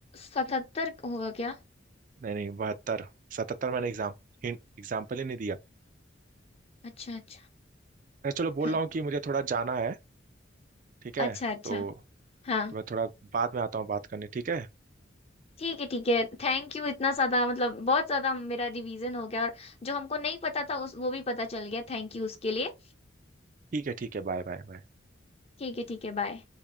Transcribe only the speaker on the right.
नहीं नहीं बहत्तर सतहत्तर मैंने एग्जाम हिंट एग्जाम्पल ही नहीं दिया
मैं चलो बोल रहा हूँ
कि मुझे थोड़ा जाना है ठीक है
तो,
तो मैं थोड़ा बाद में आता हूँ बात करने ठीक है
ठीक है ठीक है बाय बाय बाय